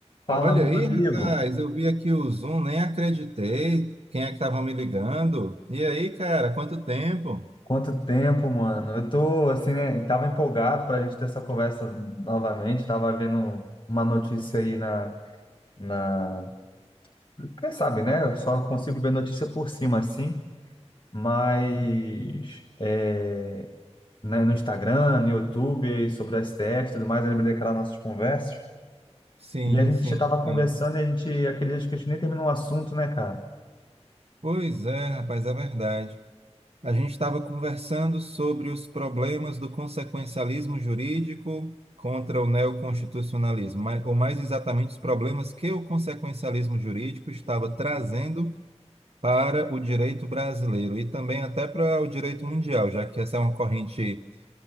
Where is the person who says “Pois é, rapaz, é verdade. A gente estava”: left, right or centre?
Right